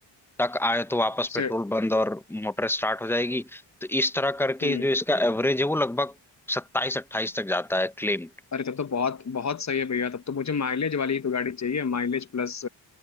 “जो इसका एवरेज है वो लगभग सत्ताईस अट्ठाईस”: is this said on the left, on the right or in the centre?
Centre